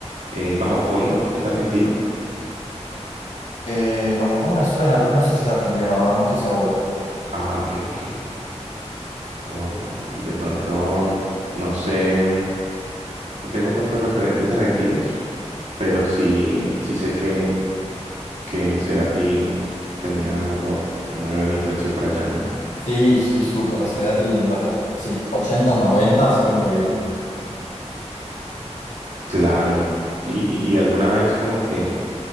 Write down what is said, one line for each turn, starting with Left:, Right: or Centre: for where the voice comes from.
Right: eh, Bajo Fondo, ¿es argentino?
Left: Eh, Bajo Fondo me suena, pero no sé si es argentino, la verdad, no estoy seguro.
Right: Ah, ok, ok. O de pronto, no sé, no tengo tantos referentes argentinos, pero sí, sí sé que, que Cerati tenía uaf, una gran influencia para allá, ¿no?
Left: Sí, sí, súper. Cerati en los sí, ochentas noventas fue increíble.
Right: Claro. ¿Y, y, y alguna vez como que